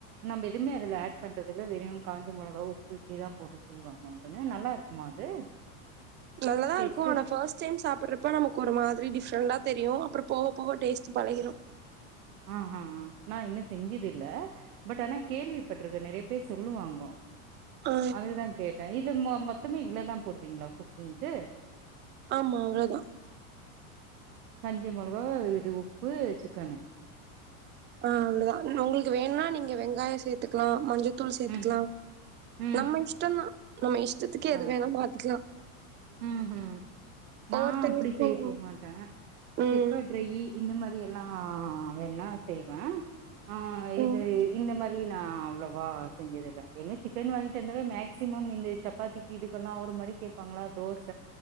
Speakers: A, on the right (about 75°); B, on the right (about 25°).
A: நம்ம எதுவுமே அதுல ஆட் பண்றதுல வெறும் காஞ்ச மிளகா உப்பு இப்படிதான் போட்டு செய்வாங்கட்டு நல்லா இருக்குமா அது
B: நல்லாதா
A: டேஸ்ட்டு
B: இருக்கு ஆனா ஃபர்ஸ்ட் டைம் சாப்பிடுறப்ப நமக்கு ஒரு மாதிரி டி நல்லா தெரியும் அப்புறம் போக போக டேஸ்ட் பழகிரும்
A: ஆ ஆ ஆ நான் இன்னும் செஞ்சது இல்ல பட் ஆனா கேள்விப்பட்டிருக்கன் நறைய பேரு சொல்லுவாங்க
B: ஆ
A: அதுக்குதான் கேட்டேன் இ இல்ல மொத்தமே இவ்ளதான் போடுவீங்களா குக்கிங்க்கு
B: ஆமா அவ்ளவுதான்
A: கஞ்சி மிளகா இது உப்பு சிக்கனு
B: ஆ அவ்ளதான் உங்களுக்கு வேணுனா நீங்க வெங்காய சேர்த்துக்கலாம் மஞ்சத்துள் தூள் சேர்த்துக்கலா
A: ம் ம்
B: நம்ம இஷ்டம்ன்தா நம்ம இஷ் இஷ்டத்துக்கு எது
A: ஆ
B: வேணா மாத்திக்கலாம்
A: ம் ஹிம் நான்
B: ஒவ்வொருத்தங்களுக்கும்
A: அப்படி செய்ய போ மாட்டேன்
B: ம்
A: பெப்பர் டிரையி இந்த மாரி எல்லா ல்லாம் வேன்னா செய்வேன் ஆ இது
B: ம்
A: இந்த மாரி பிரி நா அவ்வளவா செஞ்சது இல்ல எங்க சிக்கன் வாங்கிட்டு வந்தாவே மேக்சிமம் இந்த சப்பாத்திக்கு இதுக்கெல்லாம் ஒரு மாரி கேட்பாங்களா அது தோச